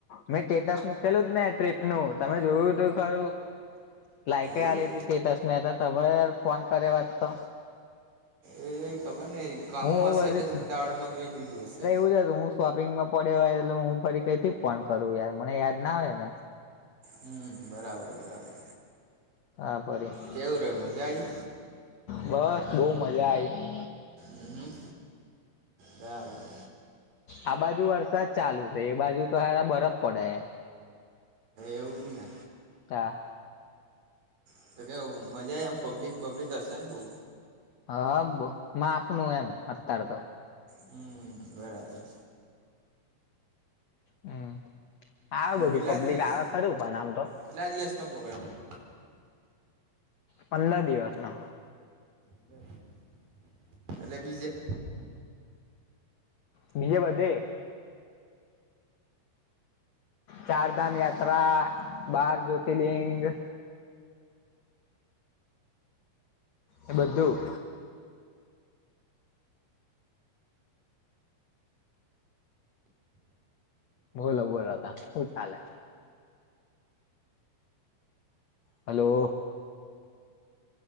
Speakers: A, on the left (about 70°); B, on the right (about 60°).
A: મેં ટેટસ મકેલુજ ને આ ટ્રીપ નું તમે જોયું હતું ખરું. લાયક એ
B: એવું
A: આલે તે તેટસ ને તો તમેં યાર ફોન કર્યો હોત તો.
B: એ ખબર નહી કામમાં
A: હું
B: હશે
A: બધી
B: એટલે તો ઉતાવળમાં જ જોઈ લીધું હશે.
A: <unintelligible> શોપિંગમાં પડે હોય એટલે હું ફરી કઈ થી પણ કરું યાર મને યાદ ના હોય ને
B: હમ્મ બરાબર બરાબર
A: હાફરી
B: કેવું રહ્યું મજા આવી
A: બસ બહ મજા આઈ
B: હમ્મ બરાબર
A: આ બાજુ વરસાદ ચાલુ છે એ બાજુ તો સારા બરફ પડે
B: એવું જ ને
A: તા
B: <unintelligible> મજા આમ પબ્લિક પબ્લિક હશે ને બઉ
A: હ બ માપનું એમ અત્યારે તો
B: હમ બરાબર
A: હમ આવે
B: તો
A: બધું
B: કેટલા
A: પબ્લિક
B: દિવસ
A: આવે ખરું પણ આમ તો
B: કેટલા દિવસનો પોગ્રામ હતો
A: પંદર દિવસનો
B: <inaudible> એટલે બીજે
A: બીજે બધે ચાર ધામ
B: ચાલતા
A: યાત્રા બાર જ્યોતિર્લિંગ એ બધું બોલો બોલો હું ચાલે હલો